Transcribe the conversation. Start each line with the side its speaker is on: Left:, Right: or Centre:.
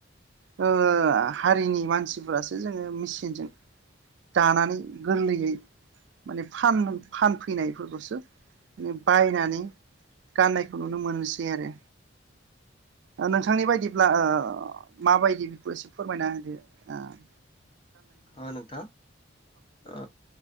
Right: ओ आ हारिनि मानसिफोरासो जोङो मेचिनजों दानानै गोरलैयै माने फाननो फानफैनायफोरखौसो बायनानै गाननायखौ नुनो मोनोसै आरो ओ नोंथांनि बायदिब्ला ओ माबायदि एसे फोरमायना होदो ओ ।
Left: अ नोंथां ओ